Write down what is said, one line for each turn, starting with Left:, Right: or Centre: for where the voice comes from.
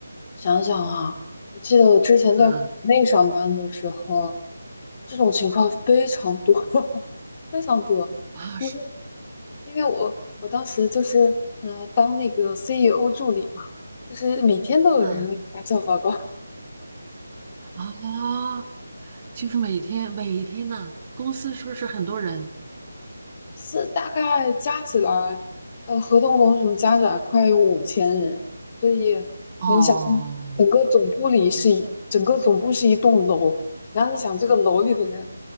Left: 想想啊，我记得我之前在国内上班的时候，
Right: 啊
Left: 这种情况非常多，<laughs> 非常多，
Right: 啊是
Left: 因为因为我我当时就是嗯当那个 CEO 助理嘛，就是每天都有人来做报告，
Right: 啊啊，就是每天每天呢，公司是不是很多人？
Left: 是大概加起来，呃，合同工什么加起来快有五千人，所以你想，
Right: 哦
Left: 整个总部里是一，整个总部是一栋楼，然后你想这个楼里的人，